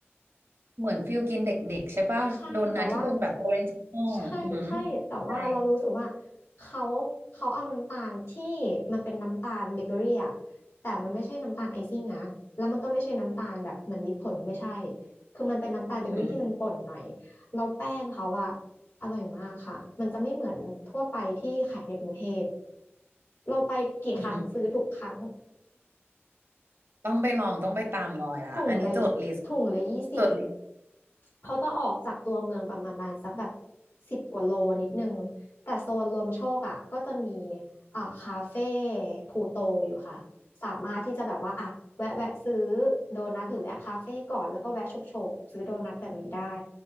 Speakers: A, on the right; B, on the left.
A: เหมือนฟิลกินเด็กๆใช่ป่ะโดนัทที่เป็นแบบออเรนจ์โน่อือหือ
B: ใช่แต่ว่าใช่ใช่แต่ว่าเรารู้สึกว่า
A: ใช่
B: เขาเขาเอาน้ำตาลที่มันเป็นน้ำตาลเบเกอรี่อะแต่มันไม่ใช่น้ำตาลไอซิ่งนะแล้วมันก็ไม่ใช่น้ำตาลแบบเหมือนมิตรผลไม่ใช่คือมันเป็นน้ำตาลเบเกอรี่ที่มันป่นหน่อย
A: อือหือ
B: แล้วแป้งเขาอะอร่อยมากค่ะมันจะไม่เหมือนทั่วไปที่ขายในกรุงเทพเราไปกี่ครั้งซื้อทุกครั้ง
A: อือหือต้องไปลองต้องไปตามรอยละอันนี้จดลิสต์
B: ถุงละถุงละยี่สิบ
A: จดลิสต์
B: เขาจะออกจากตัวเมืองประมาณสักแบบสิบกว่าโลนิดนึงแต่โซนรวมโชคอ่ะก็จะมีอ่าคาเฟ่พลูโตอยู่ค่ะสามารถที่จะแบบว่าอ่ะแวะแวะซื้อโดนัทหรือแวะคาเฟ่ก่อนแล้วก็แวะชุบโฉบซื้อโดนัทแบบนี้ได้